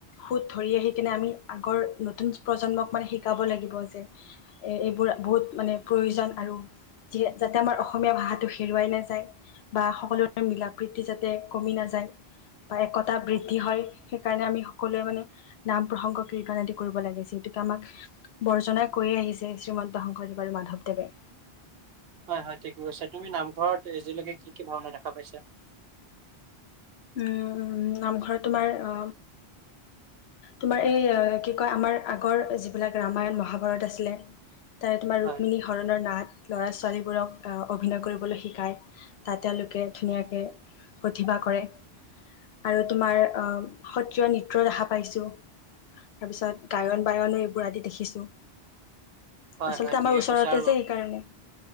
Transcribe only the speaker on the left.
সুত ধৰি আহি কিনে আমি আগৰ নতুন প্ৰজন্মক মানে শিকাব লাগিব, যে এইবোৰ বহুত মানে প্ৰয়োজন আৰু যি যাতে আমাৰ অসমীয়া ভাষাটো হেৰুৱাই নাযায়। বা সকলোৰে মিলা প্ৰীতি যাতে কমি নাযায়। বা একতা বৃদ্ধি হয়। সেই কাৰণে আমি সকলোৱে মানে নাম প্ৰসংগ কীৰ্তন আদি কৰিব লাগে ।যি গতিকে আমাক বৰ্জনাই কৰি আহিছে শ্ৰীমন্ত শংকৰদেৱ আৰু মাধৱদেৱে
উম নামঘৰত তোমাৰ অ তোমাৰ এই কি কয় আমাৰ আগৰ যিবিলাক ৰামায়ণ মহাভাৰত আছিলে। তাৰে তোমাৰ ৰুক্মিণী
হৰণৰ নাট ল'ৰা ছোৱালীবোৰক অভিনয় কৰিবলৈ শিকায়। তাত তেওঁলোকে ধুনীয়াকে প্ৰতিভা কৰে। আৰু তোমাৰ অহ সত্ৰীয় নৃত্য দেখা পাইছো। তাৰপিছত গায়ন বায়নো এইবোৰ আদি দেখিছোঁ।
আচলতে
আমাৰ
ওচৰতে
যে সেইকাৰণে